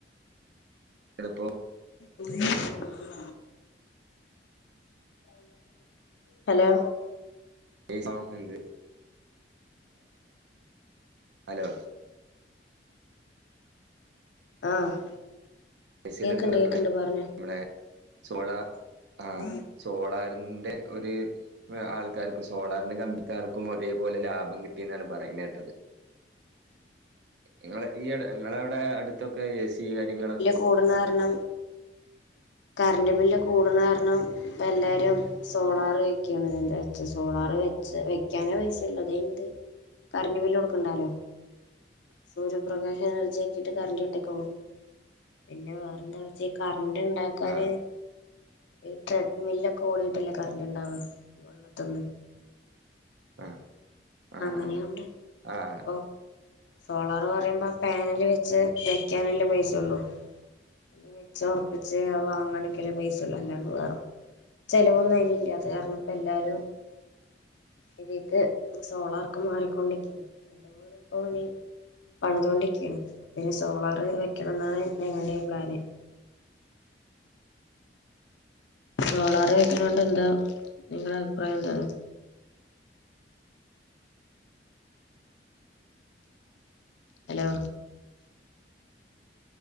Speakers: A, on the right; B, on the left.
A: എടുപ്പം
B: <inaudible> ഉ <unintelligible> <inaudible> ഹലോ
A: <unintelligible> ഹലോ
B: ആഹ്
A: ഐസിഡ
B: കേക്കണ്ട്
A: <unintelligible> എപ്പളെ
B: കേക്കണ്ട് പറഞ്ഞോ
A: നമ്മളെ സോള ആഹ്
B: ഉം.
A: സോളാറിന്റെ ഒര് ആൾക്കാർക്കും സോളാറിന്റെ കമ്പിക്കാർക്കും ഒരേപോലെ ലാഭം കിട്ടിയെന്നാണ് പറയുന്നത് കേട്ടത് ഇങ്ങളെ ഈഎട ഇങ്ങളെ ഔടെ അടുത്തൊക്കെ ഏ സി കാര്യങ്ങളും-
B: കൂടനാര്ണം കറന്റ് ബില്ല് കൂട്ണ കാര്ണം ഇപ്പ എല്ലാരും സോളാർ വെക്കണെന്താ <unintelligible> വ സോളാർ വെച്ചാ വെക്കാനേ പൈസ ഉള്ളതേണ്ട് കറന്റ് ബില് കൊട്ക്ക്ണ്ടേലോ സൂര്യപ്രകാശം എനർജിയ ആക്കിട്ട് കറണ്ട് കിട്ടേക്കോളും പിന്നെ വേറെന്താ വെച്ച് കറിൻ്റെണ്ടാക്കാന്
A: ആഹ്
B: ഈ ട്രെഡ് മില്ലൊക്കെ ഓടീട്ടല്ലേ കറന്റ് ണ്ടാവ വള്ളത്തിന്ന്
A: ആഹ് ആഹ്
B: അങ്ങനെയുണ്ട്
A: ആഹ് ആഹ് ആഹ്
B: അപ്പൊ സോളാർ പറയുമ്പോ ആഹ് പാനല് വെച്ച് വെക്കാന്ല്ല പൈസൊള്ളൂ ന്നിച്ച് ഒറപ്പിച്ച് അത് വാങ്ങാനൊക്കെള്ള പൈസള്ളൂ അല്ലാണ്ട് വേറൊ ചെലവൊന്നും അയിനില്ലദേ അറഞ്ഞപ്പോല്ലാരും പെരീക്ക് സോളാർക്ക് മാറിക്കൊണ്ടിരിക്ക എല്ലാരുപ്പൊ ഇനി പണിതോണ്ടിരിക്കയാണ് പിന്നെ സോളാർ വെക്കണം ന്നാണ് ഞങ്ങളുടെയും പ്ലാന് സോളാർ വെക്ക്ണേ കൊണ്ട് എന്താ നിങ്ങളെ അഭിപ്രായം എന്താണ് ഹലോ